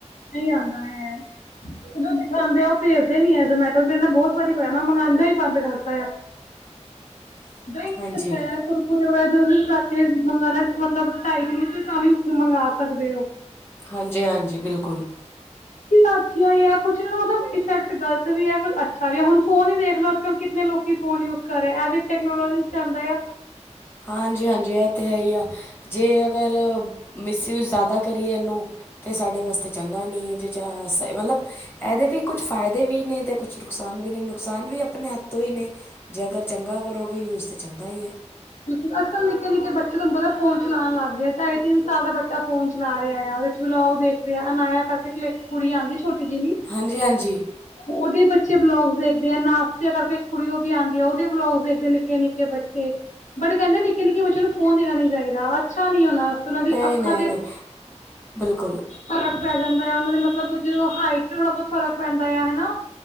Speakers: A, on the left; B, on the left.
A: ਨਹੀਂ ਆਂਦਾ ਐ।
B: <inaudible>
A: ਜੋ ਦਿਖਾਂਦੇ ਉਹ ਭੇਜਦੇ ਨੀ ਐ ਜਮੈਟੋ। ਮੇਰੇ ਨਾਲ ਬਹੁਤ ਵਾਰੀ ਹੋਇਆ, ਮੈਂ ਮੰਗਾਂਦਾ ਈ ਬੰਦ ਕਰਤਾ ਆ।
B: <inaudible>
A: ਦਹੀ,
B: ਹਾਂਜੀ
A: ਅੱਛਾ ਯਾਰ ਕੁਰਕੁਰੇ ਵਗੈਰਾ ਜੋ ਵੀ ਰਾਤੀ ਮੰਗਾਣਾ, ਮਤਲਬ ਢਾਈ-ਤਿਨ ਵਜੇ ਤਾਂ ਵੀ ਤੁਸੀ ਮੰਗਾ ਸਕਦੇ ਓ।
B: ਹਾਂਜੀ-ਹਾਂਜੀ ਬਿਲਕੁਲ।
A: ਏ ਨਾ ਅੱਛਾ ਈ ਐ ਕੁੱਛ। ਇਹਨਾਂ ਦਾ ਮਤਲਬ ਇਫੈਕਟ ਗਲਤ ਵੀ ਐ ਕੁੱਛ ਅੱਛਾ ਵੀ ਐ। ਹੁਣ ਫ਼ੋਨ ਈ ਦੇਖ ਲੋ, ਅੱਜ-ਕੱਲ੍ਹ ਕਿਤਨੇ ਲੋਕ ਕੀ ਫ਼ੋਨ ਯੂਸ ਕਰ ਰਿਹਾ, ਐਹ ਵੀ ਟੈਕਨੋਲੋਜੀ 'ਚ ਆਂਦਾ ਆ।
B: ਹਾਂਜੀ-ਹਾਂਜੀ, ਐਹ ਤੇ ਹੈ ਆ, ਜੇ ਅਗਰ ਮਿਸ ਯੂਜ਼ ਜ਼ਿਆਦਾ ਕਰੀਏ ਇਹਨੂੰ ਤੇ ਸਾਡੇ ਵਾਸਤੇ ਚੰਗਾ ਨੀ ਏ। ਜੇ ਚ ਅ ਮਤਲਬ ਇਹਦੇ ਵੀ ਕੁੱਝ ਫਾਇਦੇ ਵੀ ਨੇ ਤੇ ਕੁ ਨੁਕਸਾਨ ਵੀ ਨਹੀ, ਨੁਕਸਾਨ ਵੀ ਆਪਣੇ ਹੱਥੋਂ ਈ ਨੇ। ਜੇ ਅਗਰ ਚੰਗਾ ਕਰੋਗੇ ਯੂਜ ਤੇ ਚੰਗਾ ਈ ਐ।
A: ਬਿਲਕੁਲ, ਅੱਜ-ਕੱਲ੍ਹ ਨਿੱਕੇ-ਨਿੱਕੇ ਬੱਚੇ ਤੁਹਾਨੂੰ ਪਤਾ ਫ਼ੋਨ ਚਲਾਂਣ ਲੱਗਗੇ। ਢਾਈ-ਤਿੰਨ ਸਾਲ ਦਾ ਬੱਚਾ ਫ਼ੋਨ ਚਲਾ ਰਿਹਾ ਆ। ਆਹ ਵੇ ਵਲੋਗ ਦੇਖਦੇ ਆ, ਅਨਾਇਆ ਕਰਕੇ ਇਕ ਕੁੜੀ ਆਂਦੀ ਛੋਟੀ ਜਿੰਨੀ
B: ਹਾਂਜੀ-ਹਾਂਜੀ।
A: ਉਹਦੇ ਬੱਚੇ ਬਲੋਗਸ ਦੇਖਦੇ ਆ, ਨਾਸ਼ਤਿਆਂ ਕਰਕੇ ਕੁੜੀ ਉਹ ਵੀ ਆਂਦੀ ਐ। ਉਹਦੇ ਬਲੋਗਸ ਦੇਖਦੇ ਨਿੱਕੇ-ਨਿੱਕੇ ਬੱਚੇ। ਬਟ ਕਹਿੰਦੇ ਨਿੱਕੇ-ਨਿੱਕੇ ਬੱਚਿਆਂ ਨੂੰ ਫੋਨ ਦੇਣਾ ਨੀ ਚਾਹੀਦਾ। ਅੱਛਾ ਨੀ ਉਹਨਾਂ ਦੀ
B: ਨਹੀ-ਨਹੀਂ,
A: ਅੱਖਾਂ ਤੇ
B: ਨਹੀ ਬਿਲਕੁਲ।
A: ਫ਼ਰਕ ਪੈ ਜਾਂਦਾ ਆ, ਉਹਨਾਂ ਦੀ ਮਤਲਬ ਜਦ ਹਾਈਟ ਤੇ ਥੋੜ੍ਹਾ ਬਹੁਤ ਫ਼ਰਕ ਪੈਂਦਾ ਆ ਹੈਨਾ।